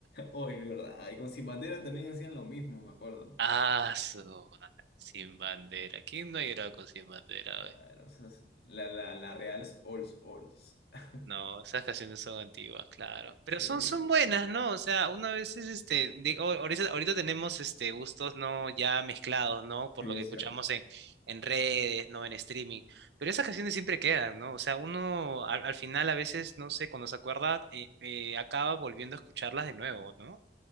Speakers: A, on the left (about 65°); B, on the right (about 75°).
A: hoy, ¿verdad? Y con Sin Bandera también hacían lo mismo, me acuerdo.
B: Ah, su madre, sin bandera. ¿Quién no ha llorado con sin bandera?
A: Ah, no sé, la, la, la Real Ols Ols. <laughs>
B: No, esas canciones son antiguas, claro.
A: Sí,
B: Pero son, son buenas, ¿no? O sea, una vez es este, digo, ahorita, ahorita tenemos este gustos no ya mezclados, ¿no? Por
A: sí,
B: lo
A: es
B: que escuchamos
A: cierto.
B: en, en redes, ¿no? En streaming. Pero esas canciones siempre quedan, ¿no? O sea, uno al, al final a veces, no sé, cuando se acuerda, eh, eh, acaba volviendo a escucharlas de nuevo, ¿no?